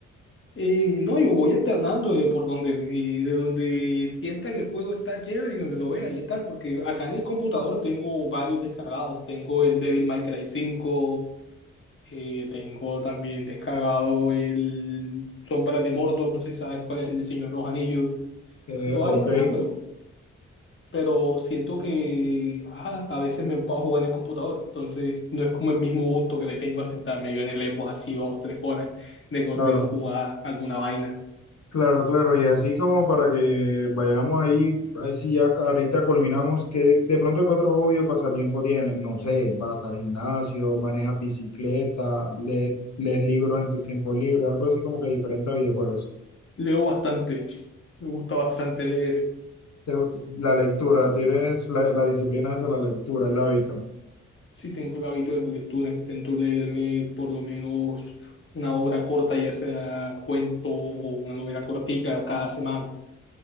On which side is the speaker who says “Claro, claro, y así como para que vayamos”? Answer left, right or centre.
Left